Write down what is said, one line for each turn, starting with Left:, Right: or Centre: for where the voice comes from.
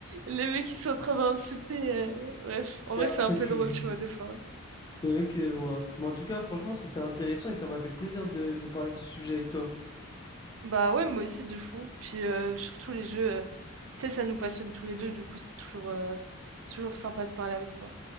Right: les mecs, ils sont en train d'insulter. euh, Bref, en vrai,
Left: Et après,
Right: c'est un peu
Left: tu...
Right: drôle, tu vois, des fois.
Left: Ok, je vois. Mais en tout cas, franchement, c'était intéressant et ça m'a fait plaisir de, de parler de ce sujet avec toi.
Right: Bah ouais, moi aussi, de fou. Puis euh, surtout, les jeux, euh, tu sais, ça nous passionne tous les deux, du coup, c'est toujours, euh, c'est toujours sympa de parler avec toi.